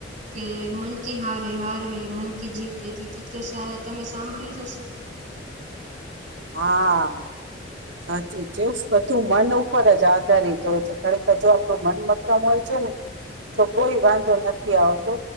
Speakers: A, on the right; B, on the right.
A: કે મન કે હારે હારે હે મન કે જીત જીત, એ તો તમે સાંભળ્યું જ હશે. <unintelligible>
B: હા સાચું છે. બધું મન ઉપર જ આધારિત હોય છે, ખરેખર જો આપણું મન મક્કમ હોય છે ને તો કોઈ વાંધો નથી આવતો